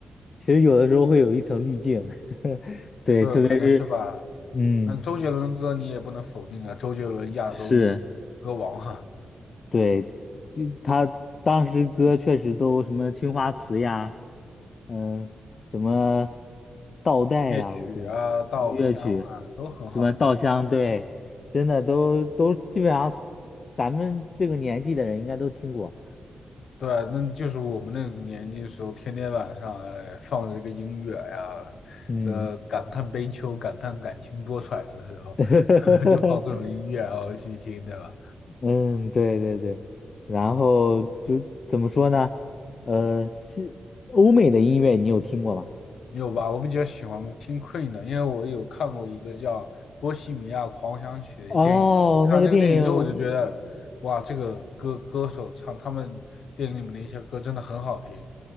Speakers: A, on the left; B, on the left.
A: 其实有的时候会有一层滤镜，<laughs> 对，
B: 对，
A: 特别是，
B: 可能是吧。
A: 嗯，
B: 那周杰伦的歌你也不能否定啊，周杰伦亚洲
A: 是，
B: 歌王哈、
A: 对，就他当时歌确实都什么青花瓷呀，嗯，什么倒带呀，
B: 夜曲啊、
A: 我记得日乐曲，
B: 稻香啊，都很好听。
A: 什么稻香，对，真的都都基本上，咱们这个年纪的人应该都听过，
B: 对啊，那就是我们那个年纪的时候，天天晚上哎放着这个音乐呀，
A: 嗯。
B: 呃，感叹悲秋、感叹感情多舛的时候，
A: <laughs>
B: <laughs> 就放这种音乐然后去听，对吧？
A: 嗯，对对对，然后就怎么说呢？呃，西欧美的音乐你有听过吗？
B: 你有吧？我比较喜欢听 Queen 的，因为我有看过一个叫《波西米亚狂想曲》的电影。
A: 哦，
B: 看完这个电影之后，
A: 那个电影，
B: 我就觉得，哇，这个歌歌手唱他们电影里面的一些歌真的很好听，